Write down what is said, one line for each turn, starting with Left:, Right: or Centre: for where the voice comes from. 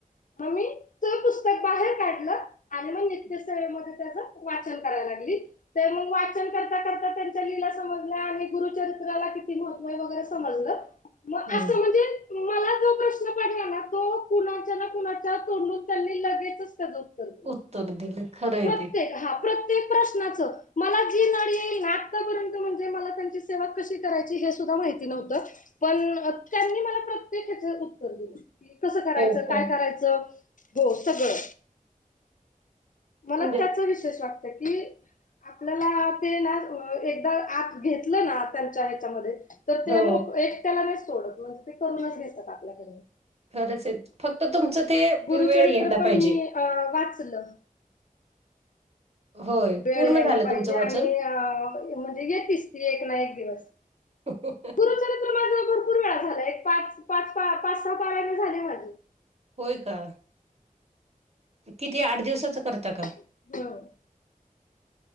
Left: मम्मी <inaudible> पुस्तक बाहेर काढलं आणि मग नित्यसेवेमध्ये त्याच वाचन करावला लागली. तर मग वाचन करता, करता त्यांच्या लिला समजल्या आणि गुरुचरित्राला किती महत्त्व आहे, वगैरे समजलं. मग
Right: हम्म.
Left: असं म्हणजे मला जो प्रश्न पडला ना. तो कुणाच्या ना कुणाच्या तोंड त्यांनी लगेचच त्याच उत्तर दिल
Right: उत्तर दिलं खरंय
Left: प्रत्येक
Right: ते
Left: हा प्रत्येक प्रश्नाच मला जी नड येईल <inaudible> नि आतापर्यंत म्हणजे मला त्यांची सेवा कशी करायची हे सुद्धा माहित नव्हतं पण त्यांनी मला प्रत्येक हेच उत्तर दिलं‌. कसं करायचं,
Right: हो का
Left: काय करायचं हो सगळं. मला
Right: म्हणजे
Left: त्याच विशेष वाटत की आपल्याला ते ना एकदा आत घेतलं ना त्यांच्या ह्याच्यामध्ये तर ते
Right: हो
Left: एकट्याला नाही सोडत म्हणजे ते करूनच घेतात आपल्या कडन.
Right: खरंच आहे. फक्त तुमचं ते
Left: गुरुचरित्र
Right: वेळ यायला
Left: पण
Right: पाहिजे.
Left: मी अ वाचलं.
Right: होय
Left: वेळ
Right: पूर्ण
Left: यायला
Right: झालं
Left: पाहिजे
Right: तुमचं वाचन?
Left: आणि अ म्हणजे येतीस ती एक ना एक दिवस.
Right: <unintelligible>
Left: माझ भरपूर वेळा झाला एक पाच पाच पाच सहा पारायण झाली माझी
Right: होय का किती आठ दिवसाच करता का
Left: <unintelligible>